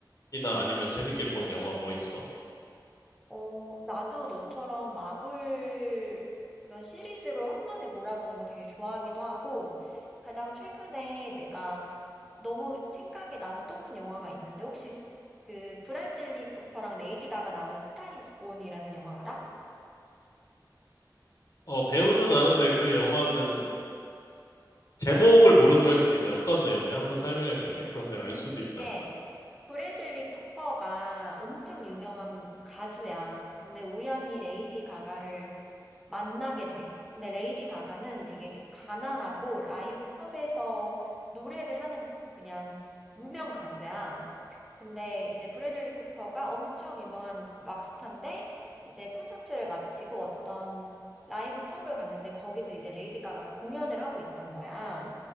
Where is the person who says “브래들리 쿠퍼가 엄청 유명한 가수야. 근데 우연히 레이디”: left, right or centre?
Centre